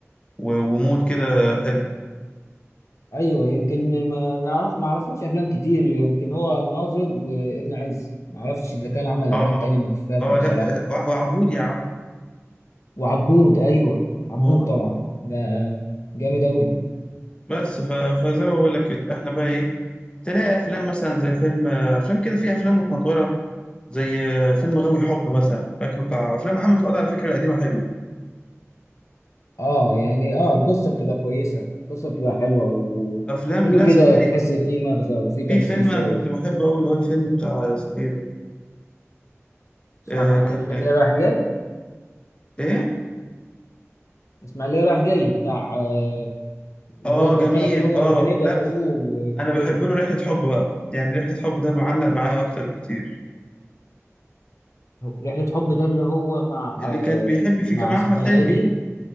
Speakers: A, on the left; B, on the left.
A: و- ومود كده حلو
B: ايوه يمكن ما نعرف ما عرفلوش افلام كتير يمكن هو الناظر وابن عز ما اعرفش اذا كان عمل
A: اه
B: افلام تانية مش فاكر
A: اه
B: بصراحه
A: لا تق- وع- وعبود يا عم
B: وعبود ايوه عبود
A: اه
B: طبعا ده جامد اوي
A: بس ف... فزي ما بقول لك كده، احنا بقى ايه تلاقي افلام مثلا زي فيلم آه، افلام كده فيها افلام متنطوره زي فيلم غاوي حب مثلا فاكره بتاع افلام محمد فؤاد على فكره القديمه حلوه
B: اه يعني اه القصه بتبقى كويسه القصه بتبقى حلوه وفيلم
A: افلام لا
B: كده
A: صدقني
B: تحس فيه مغزى وفيه تمثيل
A: في فيلم
B: شويه
A: انا كنت بحبه قوي اللي هو الفيلم بتاع اسمه ايه ده
B: اسماعيليه
A: آه كان
B: رايح جاي
A: ايه
B: اسماعيليه رايح جاي بتاع آه اللي
A: اه
B: هو كان
A: جميل
B: طالع فيه هو
A: اه
B: وهنيدي
A: لا
B: اخوه
A: بس انا
B: وكده
A: بحب له رحله حب بقى يعني رحله حب ده معلق معايا اكتر بكتير
B: رحله حب ده اللي هو مع
A: اللي
B: آه
A: كان بيحب فيه
B: مع
A: كان مع
B: اسمها
A: احمد حلمي
B: ايه دي